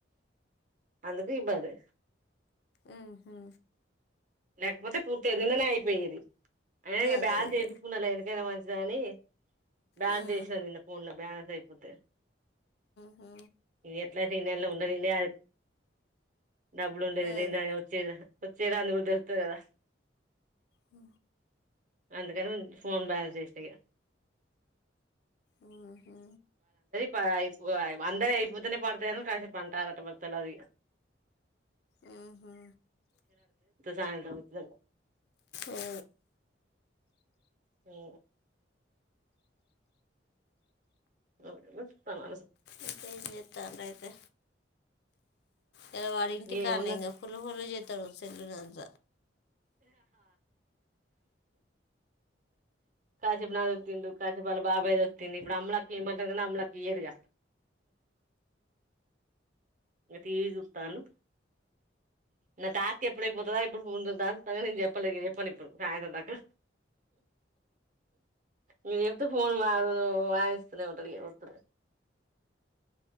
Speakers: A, on the right; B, on the left.
A: అందుకు ఇబ్బందైంద్
B: ఆహా
A: లేకపోతే పూర్తయ్యేది నిన్ననే అయిపొయ్యేది. అయినా నేన్
B: అదే
A: బ్యాలెన్స్
B: ఇక
A: ఏపిచ్చుకున్నా లేండి. కైనా మంచిదనీ. బాలెన్స్
B: మ్,
A: ఏసినా నిన్న ఫొన్ లా బాలెన్ అద్ అయిపోతే.
B: మ్హూ.
A: ఎట్లయితే ఈ నెల ఉండనీలే అ డబ్బులు ఉండేది
B: అది
A: లేంద వచ్చేది అహ వచ్చేదాంది <unintelligible> త్త కదా
B: హ
A: అందుకని ఫోన్ బ్యాలెన్స్ ఏశినిగా.
B: ఆహా
A: పదైయిపోవాలే అందరీ అయిపోతనే పడతయని కాసేపు అంటారట ఇగ మరి తెల్వదిగ.
B: ఉ ఊ
A: సాంత వచ్చా
B: ఏ
A: ఓ అవును స్తాను
B: ఇంకేం జేతంతి అయితే జర వాడినింటికానే
A: ఏముంది
B: ఫులిహోర జె తరుసినజ
A: కాసేపు నాద్ ఒత్తిండు, కాసేపు వాళ్ళ బాబాయిది ఒత్తిండు, ఇప్పుడు అమ్ములక్క ఇయమనదనీ అమ్ములక్క ఇయ్యదుగా. టీవి చూస్తాండు, నా టాస్కు ఎప్పుడయిపోతదా ఎప్పుడు ఫోన్ చూద్దాం. నేను చెప్పలే ఇగ చెప్పను ఇప్పుడు. సాయంత్రం దాకా, నేను చెప్తే ఫోన్ వా వాయిస్తూనే ఉంటది ఇగ వద్దు.